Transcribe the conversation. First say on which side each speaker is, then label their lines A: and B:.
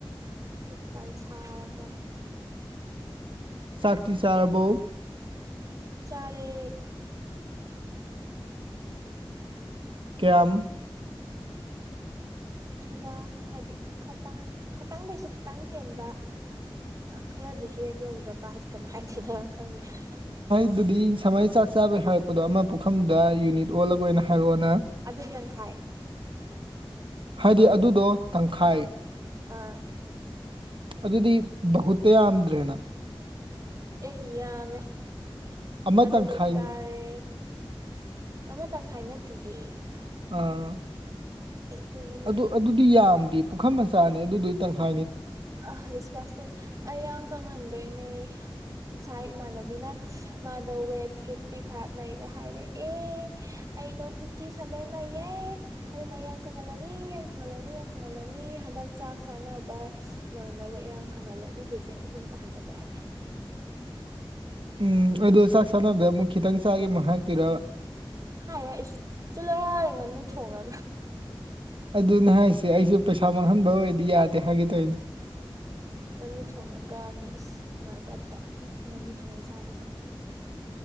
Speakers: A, on the right (about 40°); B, on the right (about 65°).
A: ꯏꯠꯀꯜ ꯁꯥꯄ
B: ꯆꯥꯛꯇꯤ ꯆꯥꯔꯔꯕꯣ
A: ꯆꯔꯦ
B: ꯀꯌꯥꯝꯝ
A: ꯈꯔ ꯍꯥꯏꯗꯤ ꯈꯇꯪ ꯈꯇꯪꯗꯩꯁꯨ ꯈꯤꯇꯪ ꯍꯦꯟꯕ ꯈꯔ ꯑꯗꯨꯁꯨ ꯍꯦꯛ ꯌꯧꯗꯕ ꯍꯥꯏꯗꯤ ꯀꯩꯅꯣ ꯍꯥꯏꯗꯦꯅ ꯈꯪꯈ꯭ꯔꯦ
B: ꯑꯗꯨꯗꯤ ꯁꯃꯩ ꯆꯥꯛ ꯆꯥꯕꯩ ꯍꯥꯏꯔꯛꯄꯗꯣ ꯑꯃ ꯄꯨꯈꯝꯗꯨꯗ ꯌꯨꯅꯤꯠ ꯑꯣꯜꯂꯒ ꯑꯣꯏꯅ ꯍꯥꯏꯔꯛꯑꯣꯅ
A: ꯑꯗꯨ ꯈꯤꯇꯪꯈꯥꯏ
B: ꯍꯥꯏꯗꯤ ꯑꯗꯨꯗꯣ ꯇꯪꯈꯥꯏ
A: ꯑꯥ
B: ꯑꯗꯨꯗꯤ ꯕꯍꯨꯇ ꯌꯥꯝꯗ꯭ꯔꯦꯅ
A: ꯑꯦ ꯍ ꯌꯥꯝꯃꯦ
B: ꯑꯃ
A: ꯑꯗꯨꯗ
B: ꯇꯪꯈꯥꯏ
A: ꯇꯥꯔꯦ ꯑꯃꯇꯪ ꯈꯥꯏꯅꯠꯇꯤꯌꯦꯦ
B: ꯑꯥ
A: ꯀꯩꯅꯣꯅꯦ
B: ꯑꯗꯨ ꯑꯗꯨꯗꯤ ꯌꯥꯝꯗꯤ ꯄꯨꯈꯝ ꯃꯆꯥꯅꯦ ꯑꯗꯨꯗꯨꯗꯤ ꯇꯪꯈꯥꯏ
A: ꯑ ꯗꯤꯁꯀꯥꯁꯇꯤꯡ ꯑꯩ ꯌꯥꯝ ꯈꯪꯍꯟꯗꯣꯏꯅꯦ ꯉꯁꯥꯏ ꯏꯃꯥꯟꯅꯕꯤꯅ ꯃꯥꯗ ꯋꯦꯠ ꯐꯤꯐꯇꯤ ꯐꯥꯏꯚ ꯂꯩꯔꯦ ꯍꯥꯏꯔꯦ ꯑꯦ ꯑꯩꯗꯣ ꯐꯤꯐꯇꯤ ꯁꯚꯦꯟ ꯂꯩꯌꯦꯦ ꯑꯗꯨꯅ ꯌꯥꯝ ꯀꯪꯍꯜꯂꯅꯤ ꯌꯥꯝ ꯀꯪꯍꯜꯂꯅꯤ ꯌꯥꯝ ꯀꯪꯍꯜꯂꯅꯤ ꯍꯟꯗꯛ ꯆꯥꯛ ꯆꯥꯅꯕ ꯅꯪꯅꯕ ꯏꯔꯥꯡ ꯀꯪꯍꯜꯂꯅꯤ ꯀꯦꯖꯤ ꯑꯅꯤ ꯑꯍꯨꯝ ꯇꯥꯍꯟꯗꯕ ꯌꯥꯗꯦ ꯎꯝ
B: ꯎꯝ ꯑꯗꯨꯗ ꯆꯥꯛ ꯁꯥꯟꯅꯕꯗ ꯑꯃꯨꯛ ꯈꯤꯇꯪ ꯆꯥꯒꯦ ꯑꯃꯨꯛ ꯍꯥꯛꯄꯤꯔ
A: ꯍꯥꯏꯔꯣꯏ ꯑꯩꯁ ꯆꯂ ꯑꯩ ꯉꯅꯨ ꯊꯣꯡꯉ
B: ꯑꯗꯨꯅꯦ ꯍꯥꯏꯁꯦ ꯑꯩꯁꯨ ꯄꯩꯁꯥ ꯃꯥꯡꯍꯟꯕ ꯑꯣꯏꯔꯗꯤ ꯌꯥꯗꯦ ꯍꯥꯏꯒꯦ ꯇꯣꯏꯅꯦ
A: ꯉꯥꯅꯨ ꯊꯣꯡꯉꯒ ꯃꯤ ꯅꯨꯡꯉꯥꯏꯇꯕꯇ ꯎ ꯉꯥꯅꯨ ꯊꯣꯡ ꯆꯥꯔꯤꯁꯦ ꯎꯝ